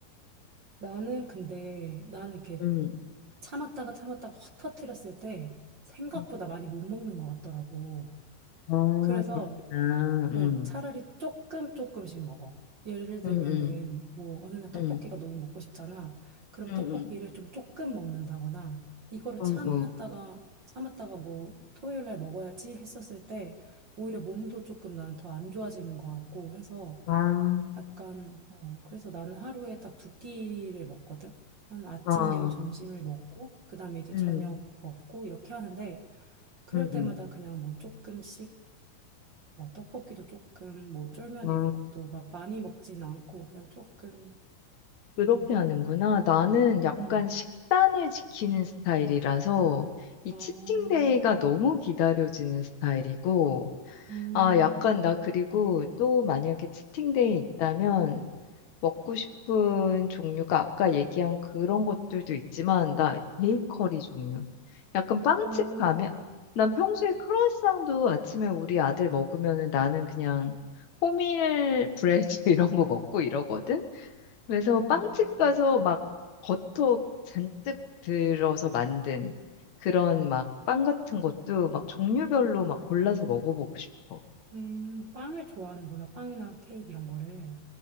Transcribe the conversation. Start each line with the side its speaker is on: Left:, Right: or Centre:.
Right: 나는 근데 나는 이렇게
Left: 음.
Right: 참았다가 참았다가 확 터트렸을 때 생각보다
Left: 음.
Right: 많이 못 먹는 것 같더라고.
Left: 아,
Right: 그래서
Left: 그렇구나.
Right: 어,
Left: 음.
Right: 차라리 조금 조금씩 먹어. 예를 들면은
Left: 음, 음.
Right: 뭐 어느 날 떡볶이가
Left: 음.
Right: 너무 먹고 싶잖아. 그럼
Left: 음,
Right: 떡볶이를
Left: 음.
Right: 좀 조금 먹는다거나 이거를
Left: 음,
Right: 참았다가
Left: 음.
Right: 참았다가 뭐 토요일 날 먹어야지 했었을 때 오히려 몸도 조금 나는 더 안 좋아지는 것 같고 해서
Left: 아.
Right: 약간 어 그래서 나는 하루에 딱 두 끼를 먹거든. 한 아침
Left: 아.
Right: 겸 점심을 먹고 그다음에 이제
Left: 음.
Right: 저녁 먹고 이렇게 하는데 그럴
Left: 음,
Right: 때마다
Left: 음.
Right: 그냥 뭐 조금씩 어, 떡볶이도 조금 뭐 쫄면
Left: 아.
Right: 이런 것도 막 많이 먹진 않고 그냥 조금
Left: 그렇게
Right: 그냥
Left: 하는구나. 나는 약간
Right: 음.
Left: 식단을 지키는 스타일이라서 이
Right: 어,
Left: 치팅데이가 너무 기다려지는 스타일이고
Right: 음.
Left: 아, 약간 나 그리고 또 만약에 치팅데이 있다면 먹고 싶은 종류가 아까 얘기한 그런 것들도 있지만 나 베이커리 종류. 약간 빵집
Right: 어,
Left: 가면 난 평소에 크루아상도 아침에 우리 아들 먹으면은 나는 그냥 호밀 브레드 <laughs> 이런 거 먹고 이러거든. 그래서
Right: 그렇구나.
Left: 빵집 가서 막 버터 잔뜩 들어서 만든 그런 막 빵 같은 것도 막 종류별로 막 골라서 먹어보고 싶어.
Right: 음, 빵을 좋아하는구나. 빵이나 케이크 이런 거를.